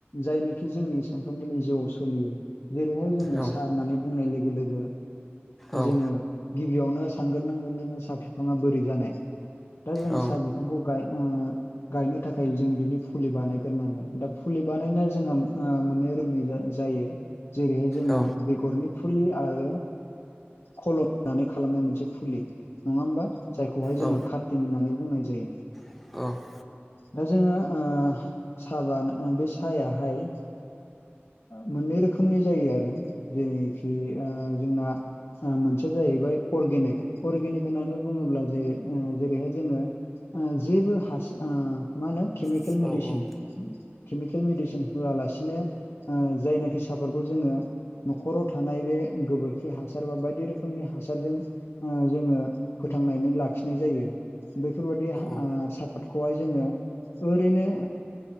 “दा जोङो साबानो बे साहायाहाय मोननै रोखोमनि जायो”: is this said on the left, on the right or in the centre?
Left